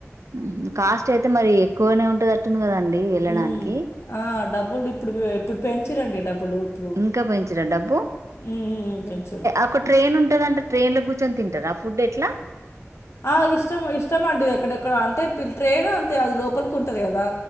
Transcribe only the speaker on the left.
ఉమ్. ఆ డబ్బులు ఇప్పుడు ఇప్పుడు పెంర్రండి డబ్బులు ఇప్పుడు
మ్మ్ పెంచిరు
ఆ ఇష్టం ఇష్టమ అండి ఎక్కడెక్కడ అంటేల్ ట్రైన్ అంతే అది లోపలికి ఉంటంది కదా